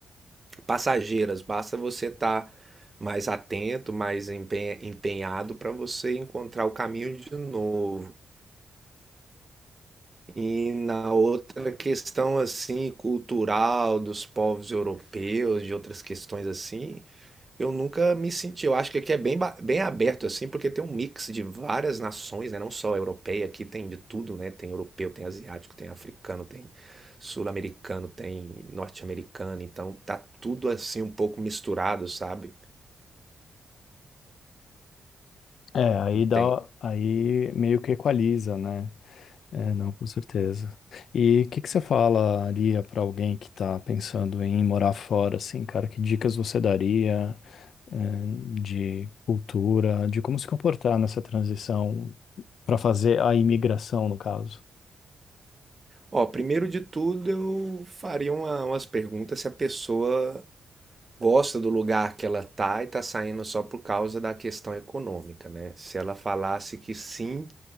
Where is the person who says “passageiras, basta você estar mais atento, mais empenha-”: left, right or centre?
Right